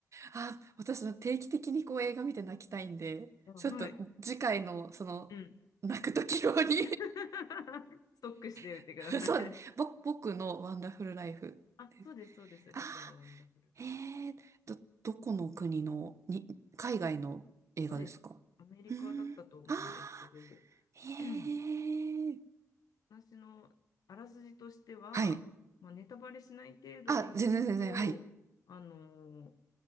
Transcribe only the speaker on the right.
あ、私は定期的にこう映画見て泣きたいんで、
ちょっと次回の、その、
泣く時用に
<laughs> そうです。ぼ、僕のワンダフルライフ。
あー、へえど、どこの国の、に、海外の映画ですかうーん、
あー、へえー、
はい。
あ、全然全然、はい。